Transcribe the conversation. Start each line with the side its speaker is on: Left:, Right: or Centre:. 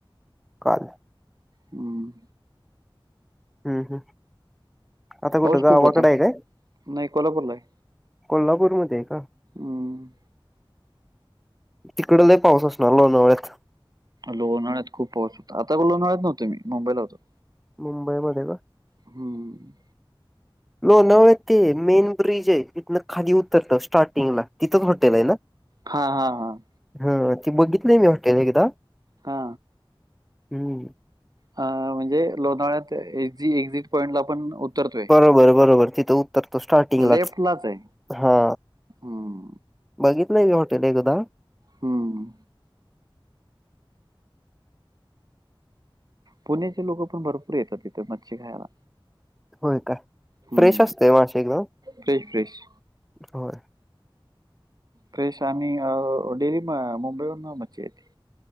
Centre: काल
Right: हम्म.
Centre: हम्म हम्म. आता
Right: पाऊस
Centre: कुठं गावाकड
Right: खूप होता
Centre: आहे काय?
Right: नाही कोल्हापूरला आहे
Centre: कोल्हापूरमध्ये आहे का?
Right: हम्म.
Centre: तिकड लय पाऊस असणार लोणावळ्यात!
Right: लोणावळ्यात खूप पाऊस होता आता लोणावळ्यात नव्हतो मी मुंबईला होतो.
Centre: मुंबई मध्ये का?
Right: हम्म.
Centre: लोणावळ्यात ते मेन ब्रिज आहे तिथन खाली उतरतं स्टार्टिंगला तिथच हॉटेल आहे ना.
Right: हां, हां, हां.
Centre: हा ती बघितलय मी हॉटेल एकदा.
Right: हा.
Centre: हम्म.
Right: अ म्हणजे लोणाळ्यात एकझी एक्झिट पॉइंट ला पण उतरतोय.
Centre: बरोबर बरोबर तिथं उतरतो स्टार्टिंगलाच
Right: लेफ्टलाच आहे.
Centre: हा.
Right: हं,
Centre: बघितलंय मी हॉटेल एकदा
Right: हम्म. पुण्याचे लोक पण भरपूर येतात तिथ मच्छी खायला.
Centre: होय का,
Right: हं.
Centre: फ्रेश असते मासे एकदम.
Right: Fresh, fresh.
Centre: होय.
Right: फ्रेश आणि अह डेली मुंबईवरन मच्छी येते.